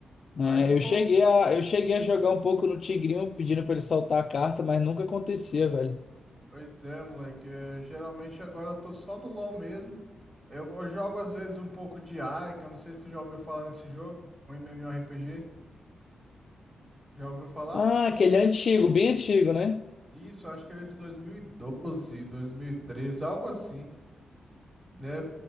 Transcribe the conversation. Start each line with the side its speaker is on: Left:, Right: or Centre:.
Left: Né?
Right: Aí ele voltou.
Left: eu cheguei a, eu cheguei a jogar um pouco no Tigrinho pedindo pra ele soltar a carta, mas nunca acontecia, velho.
Right: Pois é, moleque, é, geralmente agora eu tô só no LOL mesmo. Eu, eu jogo às vezes um pouco de Aika, não sei se tu já ouviu falar nesse jogo, um MMORPG. Já ouviu falar?
Left: Ah, aquele antigo, bem antigo, né?
Right: Isso, eu acho que ele é de 2012, 2013, algo assim. É,